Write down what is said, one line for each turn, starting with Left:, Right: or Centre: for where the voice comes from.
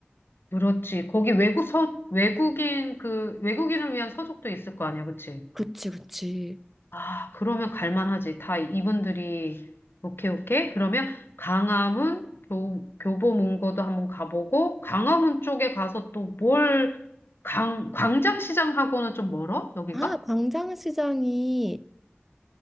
Left: 그렇지. 거기 외국 서, 외국인 그 외국인을 위한 서적도 있을 거 아니야, 그치?
Centre: 그치, 그치.
Left: 아, 그러면 갈만하지. 다 이분들이 오케이, 오케이. 그러면 강화문 교, 교보문고도 한번 가보고 강화문 쪽에 가서 또 뭘 강, 광장시장하고는 좀 멀어? 여기가?
Centre: 아, 광장시장이